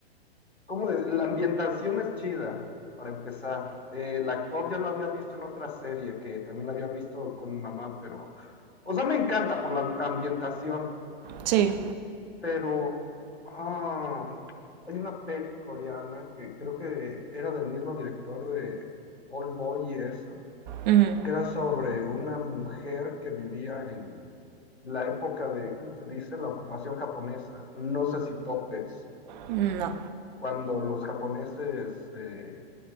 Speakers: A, on the left; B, on the right.
A: ¿cómo de- La ambientación es chida, para empezar. Eh, el actor ya lo había visto en otra serie, que también lo había visto con mi mamá, pero... O sea, me encanta por la ambientación.
B: Sí.
A: Pero ah, hay una peli coreana que creo que era del mismo director de Old Boy y eso,
B: Ujú.
A: que era sobre una mujer que vivía en la época de, ¿cómo se dice? La ocupación japonesa. No sé si topes.
B: No.
A: Cuando los japoneses eh,